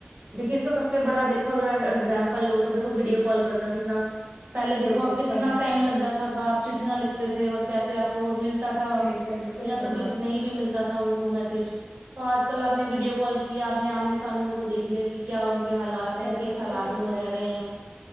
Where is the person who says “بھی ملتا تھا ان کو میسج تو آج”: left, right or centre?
Right